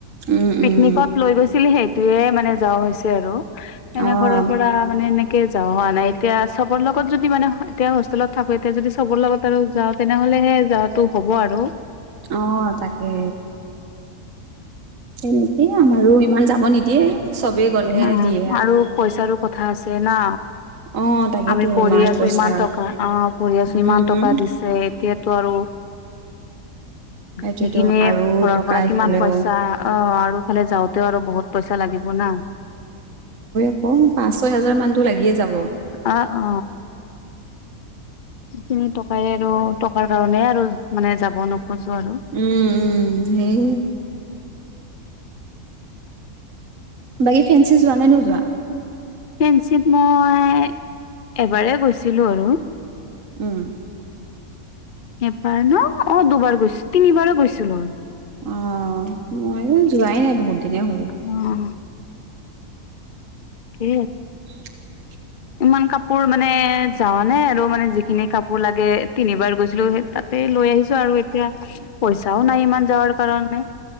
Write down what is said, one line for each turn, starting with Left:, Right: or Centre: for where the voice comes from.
Right: উম,
Left: পিকনিকত
Right: উম,
Left: লৈ গৈছিলি সেইটোয়ে মানে যাৱা হৈছে আৰু, এনে
Right: অ',
Left: ঘৰৰ পৰা মানে এনেকে যাৱা হ মানে এতিয়া চবৰ লগত যদি মানে এতিয়া হোষ্টেলত থাকো এতিয়া যদি চবৰ লগত আৰু যাওঁ তেনেহ'লেহে যাওঁ টো হ'ব আৰু।
Right: অ তাকে। তেনেকে আমাৰো ইমান যাব নিদিয়ে চবেই গ'লে
Left: অ
Right: দিয়ে
Left: আৰু পইচাৰো কথা আছে না।
Right: অ', তাকেতো
Left: আমি পঢ়ি আছো
Right: পইচা
Left: ইমান টকা, অ পঢ়ি আছো
Right: উম,
Left: ইমান টকা দিছে এতিয়াতো আৰু,
Right: সেইটোৱেতো
Left: সেইখিনি
Right: আৰু
Left: ঘৰৰ
Right: টকা
Left: পৰা কিমান
Right: ইফালেও
Left: পইচা অ আৰুফালে যাওঁতেও আৰু বহুত পইচা লাগিব না।
Right: অ পাঁচ ছয় হাজাৰ মানতো লাগিয়ে যাব।
Left: অ অ সেইখিনি টকাই আৰু টকাৰ কাৰণে আৰু মানে যাব নোখোজো আৰু।
Right: উম উম সেই বাকী ফেঞ্চি যোৱা নে নোযোৱা?
Left: ফেঞ্চিত মই এবাৰে গৈছিলোঁ আৰু।
Right: উম।
Left: এবাৰ ন অ দুবাৰ গৈছো তিনিবাৰো গৈছিলো।
Right: অ মইয়ো যোৱাই নাই বহুত দিনে হ'ল।
Left: উম। কি
Right: <unintelligible>
Left: ইমান কাপোৰ মানে যাৱা নায় আৰু মানে যিখিনি কাপোৰ লাগে তিনিবাৰ গৈছিলো সেই তাতে লৈ আহিছো আৰু এতিয়া পইচাও নাই ইমান যাৱাৰ কাৰণে।